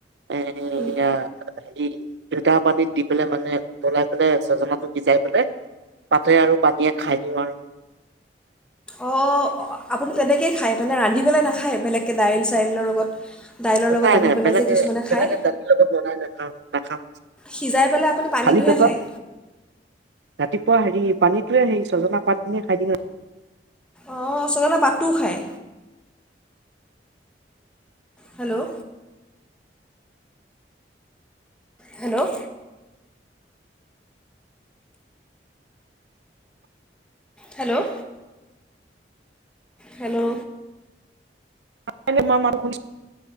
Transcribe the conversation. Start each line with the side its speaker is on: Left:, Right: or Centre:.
Right: এ
Centre: উম
Right: <inaudible> পানীত দি পেলাই মানে উতলাই মানে ছজনাটো সিজাই পেলাই পাতে আৰু পানীয়ে খাই দিওঁ আৰু।
Centre: অঁ আপুনি তেনেকেই খায় মানে ৰান্ধি পেলাই নাখায় বেলেগকৈ দাইল চাইলৰ লগত দাইলৰ লগত
Right: নাই
Centre: ৰান্ধি
Right: নাই
Centre: পেলাই
Right: বেলেগে
Centre: যে কিছুমানে
Right: বেলেগে
Centre: খায়।
Right: দালিৰ লগত বনাই নাখাওঁ নাখাওঁ
Centre: সিজাই পেলাই আপুনি পানীটোহে
Right: খালী পেটত
Centre: খায়।
Right: ৰাতিপুৱা হেৰি পানীটোৱে সেই সজনা পাতখিনিয়ে খাই <unintelligible>
Centre: অ', ছজনা পাততো খায় হেল্লৌ হেল্লৌ হেল্লৌ হেল্লৌ
Right: <unintelligible>